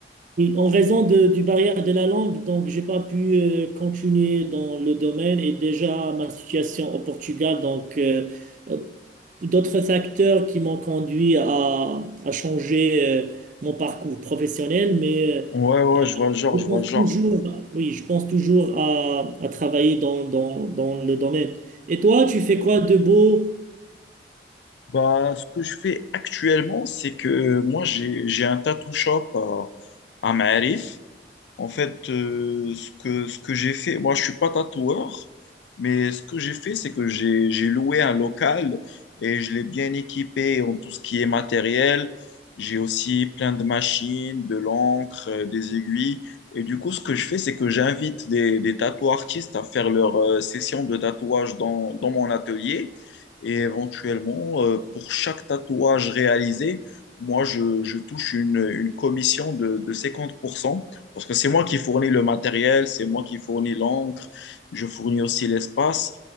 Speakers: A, on the right (about 45°); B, on the left (about 80°).
A: oui, en raison de- du barrière de la langue, donc j'ai pas pu euh, continuer dans le domaine et déjà ma situation au Portugal, donc euh, euh, d'autres facteurs qui m'ont conduit à, à changer euh, mon parcours professionnel, mais euh,
B: Ouais, ouais, je vois le genre,
A: je
B: je
A: pense
B: vois le genre.
A: toujours, à- oui, je pense toujours à, à travailler dans, dans, dans le domaine. Et toi, tu fais quoi de beau?
B: Bah, ce que je fais actuellement, c'est que moi, j'ai, j'ai un tattoo shop à, à Maarif. En fait, euh, ce que, ce que j'ai fait, moi je suis pas tatoueur, mais ce que j'ai fait, c'est que j'ai, j'ai loué un local et je l'ai bien équipé en tout ce qui est matériel. J'ai aussi plein de machines, de l'encre, euh, des aiguilles. Et du coup, ce que je fais, c'est que j'invite des, des tatoueurs artistes à faire leur euh, session de tatouage dans, dans mon atelier. Et éventuellement, euh, pour chaque tatouage réalisé, moi, je, je touche une, une commission de, de 50%. Parce que c'est moi qui fournis le matériel, c'est moi qui fournis l'encre, je fournis aussi l'espace.